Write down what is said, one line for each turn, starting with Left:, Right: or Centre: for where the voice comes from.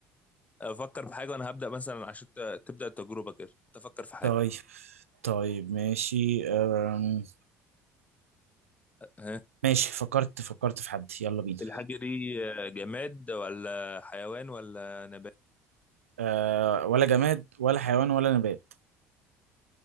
Left: أفكر في حاجة وأنا هبدأ مثلا عشان ت- تبدأ التجربة كده أنت فكر في حاجة
Right: طيب طيب ماشي أم...
Left: ها
Right: ماشي فكرت فكرت في حد يلا بينا
Left: الحاجة دي جماد ولا حيوان ولا نبات
Right: آه ولا جماد ولا حيوان ولا نبات